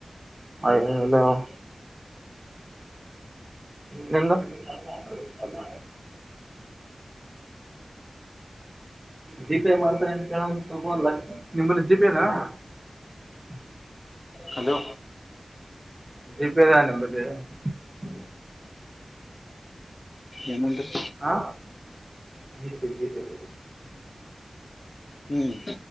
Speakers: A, on the right; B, on the left.
A: ಹಲೋ <unintelligible> ನಿಂದು, <inaudible> ಜಿಪೇ ಮಾಡ್ತಾರೆ ಅಂತ ಕೇಳ ಸ್ವಲ್ಪ ಅವನ ಅ, ನಿಮ್ಮಲ್ಲಿ ಜಿಪೇನ. <unintelligible>
B: ಹಲೋ
A: ಜೀಪಿ ಇದ ನಿಮ್ಮಲ್ಲಿ. <unintelligible>
B: ಏನಂದ್ರಿ?
A: ಹ ಜ ಸ ಜೀ ಸ
B: ಹ್ಮ್